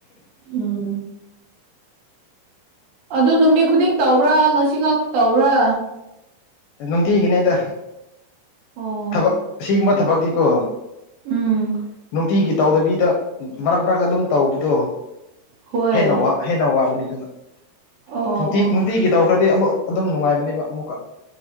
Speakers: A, on the right; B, on the left.
A: ꯎꯝ ꯑꯗꯨ ꯅꯨꯃꯤꯠ ꯈꯨꯗꯤꯡ ꯇꯧꯕ꯭ꯔꯥ ꯉꯁꯤ ꯉꯛ ꯇꯧꯕ꯭ꯔꯥ
B: ꯅꯨꯡꯇꯤꯒꯤꯅꯦꯗ
A: ꯑꯣ
B: ꯊꯕꯛ ꯁꯤꯒꯨꯝꯕ ꯊꯕꯛꯇꯤꯀꯣ
A: ꯎꯝ
B: ꯅꯨꯡꯇꯤꯒꯤ ꯇꯧꯗꯕꯤꯗ ꯃꯔꯛ ꯃꯔꯛꯇ ꯑꯗꯨꯝ ꯇꯧꯕꯗꯣ
A: ꯍꯣꯏ
B: ꯍꯦꯟꯅ ꯋꯥ ꯍꯦꯟꯅ ꯋꯥꯕꯅꯤ ꯑꯗꯨꯅ
A: ꯑꯣ
B: ꯅꯨꯡꯇꯤ
A: ꯑꯣ
B: ꯅꯨꯡꯇꯤꯒꯤ ꯇꯧꯒ꯭ꯔꯗꯤ ꯑꯃꯨꯛ ꯑꯗꯨꯝ ꯅꯨꯡꯉꯥꯏꯕꯅꯦꯕ ꯑꯃꯨꯛꯀ